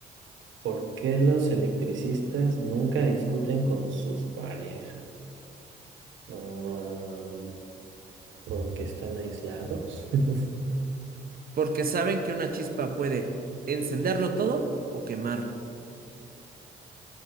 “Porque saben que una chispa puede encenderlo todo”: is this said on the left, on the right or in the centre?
Right